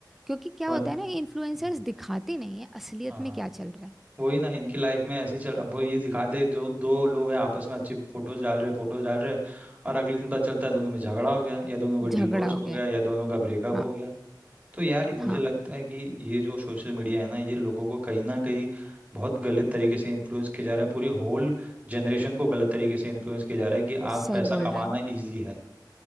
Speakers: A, in the centre; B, on the right (about 20°).
A: क्योंकि क्या
B: वन
A: होता है ना ये इन्फ्लुएंसर्स
B: हम्म,
A: दिखाते नहीं है असलियत
B: हाँ
A: में क्या चल रहा है
B: वही ना इनकी लाइफ में ऐसे ही चल अब वो ये दिखाते हैं, जो दो लोग हैं आपस में अच्छी फोटोज डाल रहे फोटोज डाल रहे और अगले दिन पता चलता है दोनों में झगड़ा हो गया या दोनों का
A: झगड़ा
B: डिवोर्स
A: हो
B: हो
A: गया
B: गया
A: है।
B: या दोनों का ब्रेकअप
A: हाँ
B: हो गया तो यार मुझे
A: हाँ
B: लगता है कि ये जो सोशल मीडिया है ना ये लोगों को कहीं ना कहीं बहुत गलत तरीके से इन्फ्लुएंस किया जा रहा है पूरी होल जनरेशन को गलत तरीके से इन्फ्लुएंस किया जा रहा है कि आप
A: सही
B: पैसा
A: बोल
B: कमाना
A: रहा है
B: इजी है